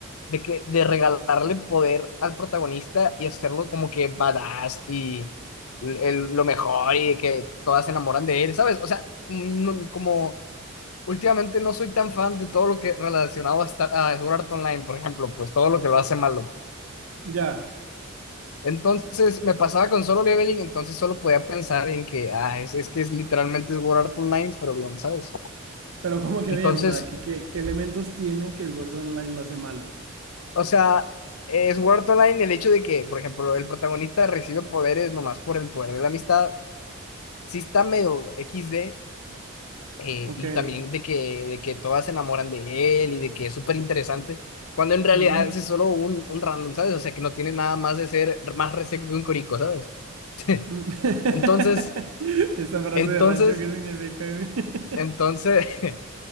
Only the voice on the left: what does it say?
de que, de regalarle poder al protagonista y hacerlo como que badass y el- el- lo mejor y que todas se enamoran de él, ¿sabes? O sea, no- como últimamente no soy tan fan de todo lo que relacionado a, estar, a Sword Art Online, por ejemplo, pues todo lo que lo hace malo.
Entonces me pasaba con solo leveling, entonces solo podía pensar en que, ah, es, es que es literalmente es Sword Art Online, pero bien, ¿sabes?
Entonces,
o sea, es Sword Art Online el hecho de que, por ejemplo, el protagonista recibe poderes nomás por el poder de la amistad, sí está medio XD, eh,
y también de que, de que todas se enamoran de él y de que es súper interesante, cuando en realidad
es solo un, un random, ¿sabes? O sea, que no tiene nada más de ser más reseco que un corico, ¿sabes? <laughs>
Entonces,
entonces,
entonces...
<laughs>